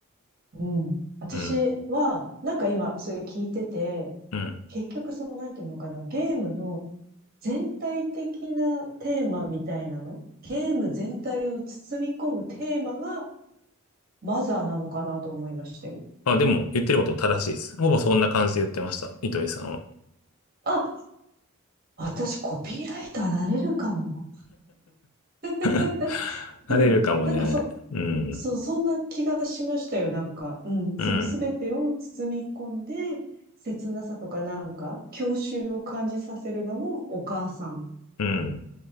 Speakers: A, on the right; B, on the left.
A: うん。私は、
B: うん。
A: なんか今、それ聞いてて、
B: うん。
A: 結局その、なんていうのかな、ゲームの全体的なテーマみたいなのゲーム全体を包み込むテーマがマザーなのかなと思いましたよ。
B: あ、でも言ってること正しいです。ほぼそんな感じで言ってました。糸井さんは。
A: あ、私コピーライターなれるかも。<laughs>
B: <laughs> なれるかもね。
A: うん。なんかそ、
B: うん。
A: そう、そんな気がしましたよ、なんか。うん。
B: うん。
A: そのすべてを包み込んで、切なさとかなんか、郷愁を感じさせるのもお母さん
B: うん。